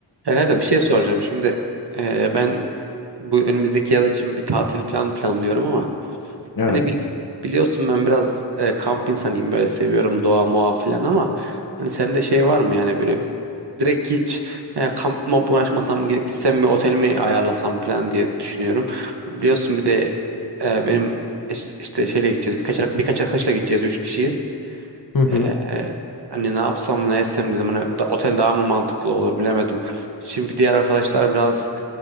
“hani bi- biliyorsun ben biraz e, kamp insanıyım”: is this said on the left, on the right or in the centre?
Right